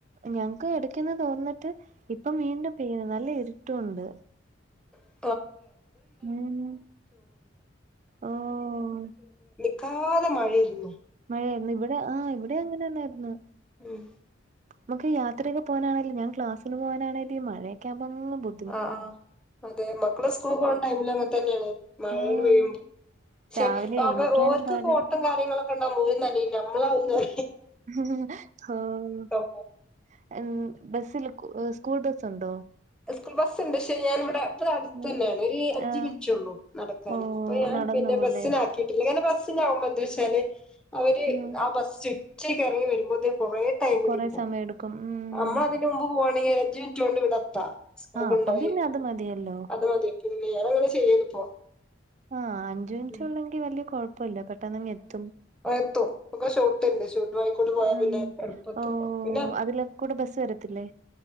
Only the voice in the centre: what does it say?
<unintelligible>
ക്കാതെ മഴയിരുന്നു
ഉം
ആഹ് ആഹ് അതെ മക്കള് സ്കൂൾ പോകണ ടൈമില് അങ്ങെ തന്നെയാണ് മഴൽ
പെയ്യുമ്പോ
െപ്പ
ഓർക്ക്
കോട്ടും കാര്യങ്ങളൊക്കെ ഉണ്ടാവും ഓര് നനീല നമ്മളകുന്ന
പോ
സ്കൂൾ ബസ് ഉണ്ട് പക്ഷെ ഞാനിവിടെ ഇപ്പ അടുത്തന്നെയാണ്
ഒരു അഞ്ചു
മിനിറ്റള്ളൂ നടക്കാന്
അപ്പൊ ഞാൻ
പിന്നെ
ബസ്സിനാക്കിട്ട് ങ്ങനെ ബസ്സിനാകുമ്പോ എന്താ വെച്ചാല് അവര്
ആ ബസ് ചുറ്റക്ക് ഇറങ്ങി വരുമ്പോ കൊറേ ടൈമിടിക്കും
അമ്മ അതിന് മുമ്പ് പോവാണെങ്കിൽ അഞ്ചു മിനിറ്റ് കൊണ്ട്വിടത്താം സ്റ്റോക്ക്
ഉണ്ടായി
അത് മതി പിന്നെ ഞൻ അങ്ങനെ ചെയ്യലിപ്പോ
ഉം
ആഹ് എത്തും ഒക്കെ ഷോട്ടുണ്ട് ഷോ ട്ട് വഴിയിൽ കൂടെ പോയാൽ
പിന്നെ എളുപ്പമെത്തും
പിന്നെ